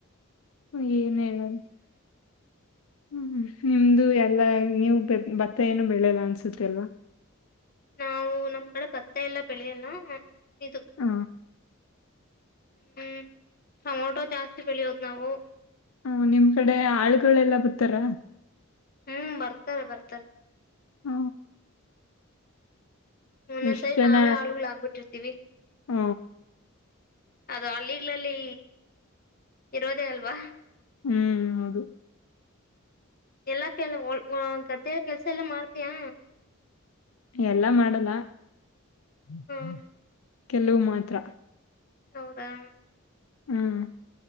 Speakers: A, on the left (about 85°); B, on the left (about 45°).
A: ಹ ಏನ್ ಹೇಳದು ಹ್ಮ್ ನಿಮ್ದು ಎಲ್ಲಾ ನೀವು ಭತ್ತ ಏನು ಬೆಳೆಲ್ಲ ಅನ್ಸುತ್ತ ಅಲ್ವಾ
B: ನಾವು ನಮ್ ಕಡೆ ಬತ್ತ ಎಲ್ಲ ಬೆಳಿಯಲ್ಲ. ಇದು.
A: ಹ
B: ಹ್ಮ್ ಟೊಮೊಟೊ ಜಾಸ್ತಿ ಬೆಳಿಯೋದ್ ನಾವು
A: ಹ್ಮ ನಿಮ್ ಕಡೆ ಆಳ್ಗಳೆಲ್ಲಾ ಬತ್ತಾರ
B: ಹ್ಮ್ ಬರ್ತಾರೆ ಬರ್ತಾರೆ
A: ಹ
B: ಒಂದೊಂದ್ಸರಿ
A: ಎಷ್ಟ್ ಜನ
B: ನಾವೇ ಆಳ್ಗಳ ಆಗ್ಬಿಟ್ಟಿರ್ತೀವಿ
A: ಹ
B: ಅದು ಅಲ್ಲಿಗ್ಲಲ್ಲಿ ಇರೋದೇ ಅಲ್ವಾ
A: ಹ್ಮ್ ಹೌದು
B: ಎಲ್ಲಾ ಕೆ ಓ ಓ ಗದ್ದೆಲ್ಲ ಕೆಲ್ಸ ಎಲ್ಲ ಮಾಡ್ತಯಾ
A: ಎಲ್ಲಾ ಮಾಡಲ್ಲ <unintelligible>
B: ಹ್ಮ್
A: ಕೆಲವು ಮಾತ್ರ
B: ಹೌದಾ
A: ಹ್ಮ್